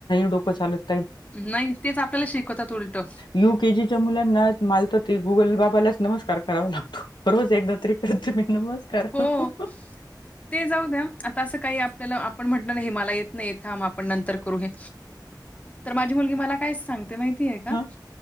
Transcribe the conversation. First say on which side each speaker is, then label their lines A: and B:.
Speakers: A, on the left; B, on the left.
A: डोकं चालतं
B: नाहीं तेचं आपल्यांला शिकवतांत उलटं
A: यूं के जीच्यां मुलांना मालतो ते गुगल बाबालांच नमस्कांर करावा लागतो बचं एकदाचं तरी प्राथमिक नमस्कांर
B: हो.
A: करतो
B: ते जाऊ द्या. आता असं काही आपल्याला आपण म्हटलं ना हे मला येत नाही ये थांब आपण नंतर करू हे. तर माझी मुलगी मला काय सांगते माहिती आहे का,
A: हा